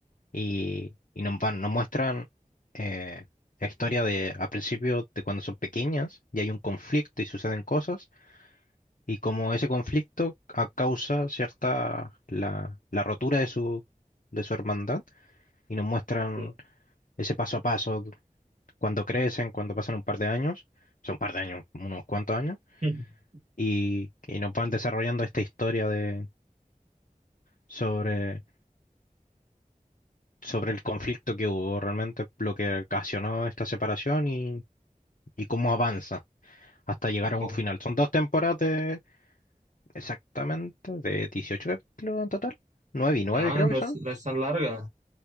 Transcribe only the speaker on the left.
y, y nos van, nos muestran eh, la historia de, a principio de cuando son pequeñas y hay un conflicto y suceden cosas y como ese conflicto a- causa cierta la, la rotura de su, de su hermandad y nos muestran
ese paso a paso cuando crecen, cuando pasan un par de años, son un par de años, unos cuantos años,
y, y nos van desarrollando esta historia de sobre, sobre el conflicto que hubo realmente, lo que ocasionó esta separación y, y cómo avanza. hasta llegar
a un final. Son dos temporadas de exactamente de 18 capítulos en total. nueve y nueve
creo
que son.